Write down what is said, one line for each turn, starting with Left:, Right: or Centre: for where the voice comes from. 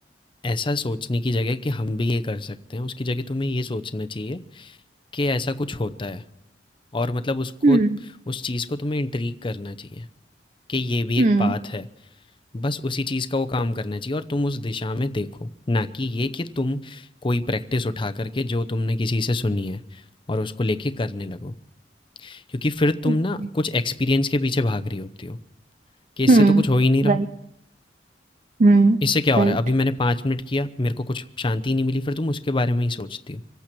Left: ऐसा सोचने की जगह कि हम भी ये कर सकते हैं, उसकी जगह तुम्हें ये सोचना चाहिए कि ऐसा कुछ होता है और मतलब उसको
Right: हम्म
Left: उस चीज़ को तुम्हें इंट्रीग करना चाहिए कि ये भी एक
Right: हम्म
Left: पाथ है। बस उसी चीज़ का वो काम करना चाहिए और तुम उस दिशा में देखो, ना कि ये कि तुम कोई प्रैक्टिस उठा कर के जो तुमने किसी से सुनी है और उसको लेके करने लगो। क्योंकि फिर तुम
Right: हम्म।
Left: ना कुछ एक्सपीरियंस के पीछे भाग रही होती हो कि इससे
Right: हम्म
Left: तो कुछ हो ही नहीं रहा।
Right: राइट हम्म
Left: इससे क्या हो
Right: राइट
Left: रहा है? अभी मैंने 5 मिनट किया, मेरे को कुछ शांति नहीं मिली, फिर तुम उसके बारे में ही सोचती हो।